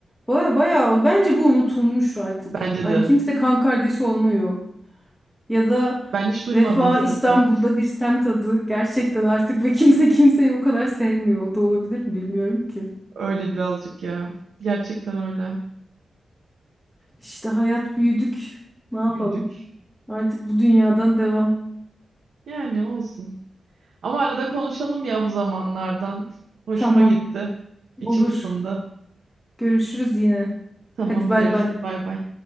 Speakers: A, in the centre; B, on the right (about 80°).
A: Baya bayağı ol. Bence bu unutulmuş artık.
B: Bence
A: Hani
B: de.
A: kimse kan kardeşi olmuyor. Ya da
B: Ben hiç duymadım
A: Vefa
B: zaten.
A: İstanbul'da bir semt adı gerçekten artık ve kimse kimseyi o kadar sevmiyor. O da olabilir mi bilmiyorum ki.
B: Öyle birazcık ya. Gerçekten öyle.
A: İşte hayat büyüdük. Ne yapalım?
B: Büyüdük.
A: Artık bu dünyadan devam.
B: Yani olsun. Ama arada konuşalım ya bu zamanlardan. Hoşuma
A: Tamam.
B: gitti.
A: Olur.
B: İçim ısındı.
A: Görüşürüz yine.
B: Tamam
A: Hadi bay
B: görüşürüz.
A: bay.
B: Bay bay.